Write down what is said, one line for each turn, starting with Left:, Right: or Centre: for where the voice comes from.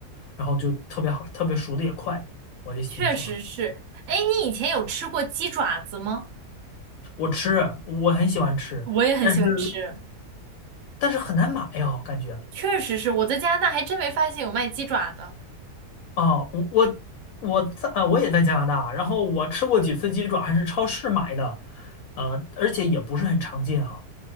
Left: 然后就特别好，特别熟的也快，我就挺喜欢。
Right: 确实是。哎，你以前有吃过鸡爪子吗？
Left: 我吃，我很喜欢吃，
Right: 我也很喜欢吃，
Left: 但是但是很难买呀，感觉。
Right: 确实是。我在加拿大还真没发现有卖鸡爪的。
Left: 啊，我我我在啊，我也在加拿大，然后我吃过几次鸡爪，还是超市买的，呃，而且也不是很常见哈。